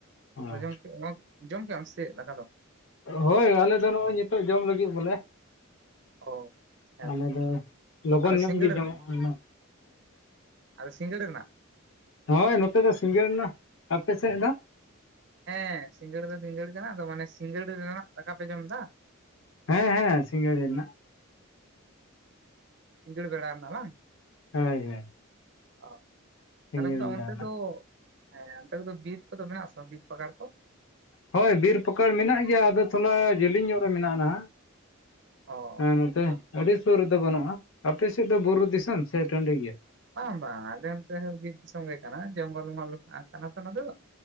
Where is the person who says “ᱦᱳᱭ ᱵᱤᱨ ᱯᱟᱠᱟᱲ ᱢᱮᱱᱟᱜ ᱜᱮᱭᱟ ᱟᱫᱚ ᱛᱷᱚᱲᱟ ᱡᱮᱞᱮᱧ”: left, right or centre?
Left